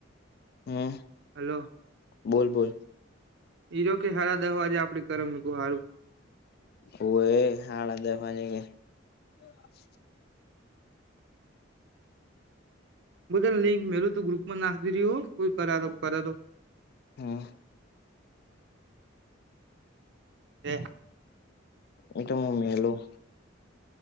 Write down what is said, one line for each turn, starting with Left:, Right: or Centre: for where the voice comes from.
Left: હા.
Right: હલો.
Left: બોલ બોલ.
Right: ઈરો કે હારા દ વાજે આપડે કરુ મેં કીધું હારું.
Left: હો એ હાડા દ વાગે કે. <inaudible>
Right: મુ તને લિંક મેલું તું ગ્રુપ માં નાખી દિયો હો કોઈ કરાવો કર તો.
Left: હા.
Right: તે.
Left: એતો મા મેલું.